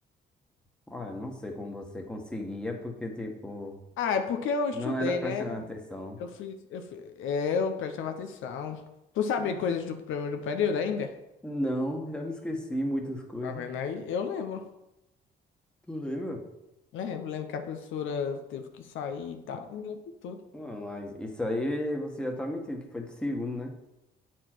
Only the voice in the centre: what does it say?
Olha, não sei como você conseguia, porque, tipo,
não era prestando
atenção.
Acho
que
não, já me esqueci muitas coisas.
Tu lembra?
Não, mas isso aí você já tá mentindo, que foi de segundo, né?